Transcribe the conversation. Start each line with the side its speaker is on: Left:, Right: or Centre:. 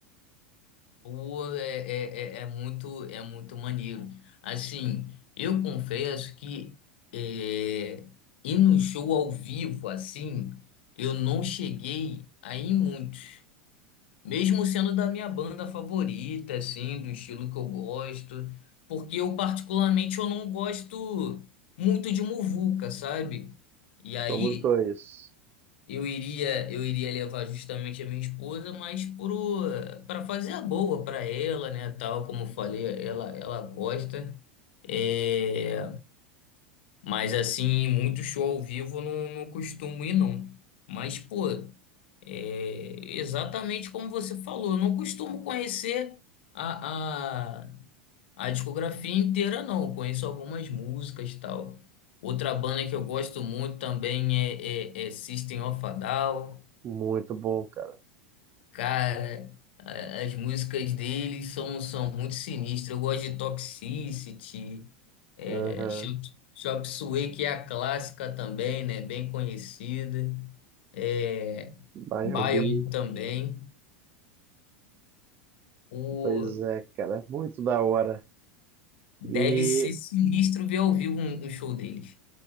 Left: Pô, é, é, é é muito, é muito maneiro. Assim, eu confesso que é, ir no show ao vivo, assim, eu não cheguei a ir muito. Mesmo sendo da minha banda favorita, assim, do estilo que eu gosto, porque eu particularmente eu não gosto muito de muvuca, sabe? E aí
Right: Somos dois.
Left: eu iria eu iria levar justamente a minha esposa, mas pro para fazer a boa para ela, né, tal, como eu falei, ela ela gosta. É, mas assim, muito show ao vivo eu não, não costumo ir, não. Mas, pô, é exatamente como você falou, eu não costumo conhecer a, a, a discografia inteira, não. Eu Conheço algumas músicas e tal. Outra banda que eu gosto muito também é, é, é System of a Down.
Right: Muito bom, cara.
Left: Cara, a- as músicas dele são, são muito sinistras. Eu gosto de Toxicity, é,
Right: Aham.
Left: Chop Chop Suey, que é a clássica também, né? Bem conhecida. É,
Right: Bumblebee,
Left: Bion também. O,
Right: pois é, cara, muito da hora.
Left: deve
Right: E
Left: ser sinistro ver ao vivo um, um show deles.